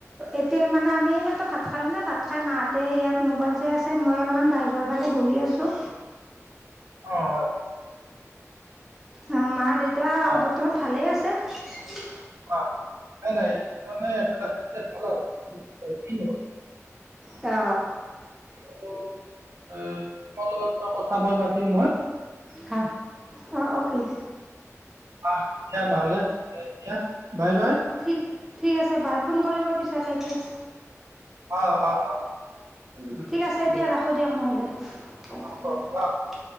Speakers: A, in the centre; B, on the right.
A: এতিয়া মানে আমি এইমাত্ৰ ভাত খালোঁ ন ভাত খাই মাহঁতে ইয়াত মোবাইল চাই আছে মই অলপমান বাহিৰৰ ফালে বহি আছোঁ
B: অ হয়
A: অ, মা দেউ তা আৰু
B: অ
A: বৰ্তমান ভালে আছে। ত।
B: অ নাই নাই। এই মানে <unintelligible> খেলা ভাবিছিলো।
A: অ।
B: আৰু এ তোমাৰ লগত কথাষাৰ মই পাতিম বাৰু।
A: হ। অঁ অ'কে।
B: আহ, এতিয়া নহলে দিয়া, বাই বাই।
A: ঠিক ঠিক আছে বাই। ফোন কৰিব পিছলৈকে।
B: অ অ অ। উম, উম,
A: ঠিক আছে এতিয়া
B: দিয়া
A: ৰাখোঁ দিয়ক নহ'লে।
B: হ'ব